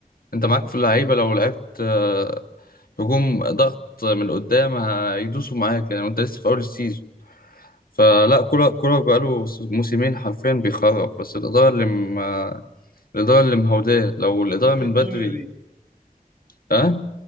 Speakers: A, on the left (about 75°); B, on the right (about 65°).
A: انت معاك
B: تزق
A: في اللعيبه لو لعبت آه، هجوم ضغط من قدام هيدوسوا معاك يعني وانت لسه في اول السيزون فلا كولر كولر بقاله موسمين حرفيا بيخرب بس الإدارة اللي م... الإدارة اللي مهوداه لو الإدارة
B: صح
A: من
B: الدنيا
A: بدري
B: بيه
A: اه